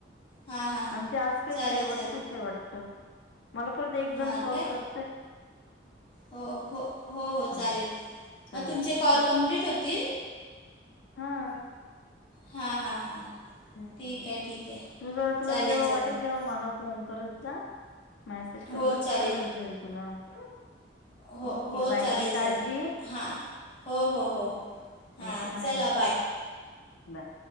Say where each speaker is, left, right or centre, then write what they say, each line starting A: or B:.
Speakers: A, on the left; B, on the left.
A: हां हां
B: आणि ते आज काय
A: चालेल
B: शेवटच
A: चालेल
B: हे वाटत मला परत एक जण
A: हां
B: कॉल
A: काय
B: कर
A: हो हो हो हो
B: हं.
A: चालेल
B: चालेल,
A: मग तुमचे
B: चालेल.
A: कॉल कम्प्लीट होतील?
B: हा.
A: हां हां हां.
B: हम्
A: ठीक आहे ठीक आहे
B: तुझ तुला
A: चालेल
B: जेव्हा
A: चालेल
B: वाटेल तेव्हा मला फोन करत जा मॅसेज
A: हो
B: कर जा मी
A: चालेल
B: करत जाईल तुला हम.
A: हो
B: ओके
A: हो
B: बाय
A: चालेल
B: घे काळजी.
A: चालेल हां हो हो हो हां
B: ओके बाय
A: चला
B: बाय.